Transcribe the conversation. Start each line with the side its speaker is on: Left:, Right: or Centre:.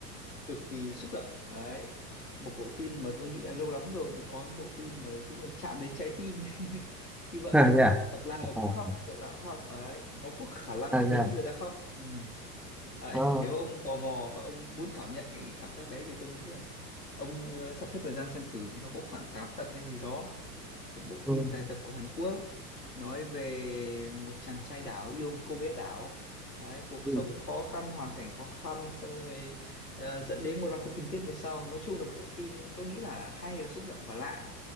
Left: cực kỳ xúc động đấy một bộ phim mà tôi nghĩ là lâu lắm rồi mới có một bộ phim mà giúp mình chạm đến trái tim <laughs> như vậy
Centre: à thế à
Left: tập nào cũng
Centre: à
Left: khóc tập nào cũng khóc đấy nó có khả năng
Centre: à
Left: khiến
Centre: thế à
Left: người ta khóc ừ. đấy.
Centre: Ờ,
Left: nếu ông tò mò và ông muốn cảm nhận cái cảm giác đấy thì tôi nghĩ là ông ờ, sắp xếp thời gian xem thử nó có khoảng 8 tập hay gì đó một bộ
Centre: ừ.
Left: phim dài tập của Hàn Quốc nói về một chàng trai đảo yêu một cô bé đảo Đấy, cuộc
Centre: ừ.
Left: sống khó khăn hoàn cảnh khó khăn xong rồi ờ, dẫn đến một loạt các tình tiết về sau nói chung là bộ phim tôi nghĩ là hay và xúc động và lạ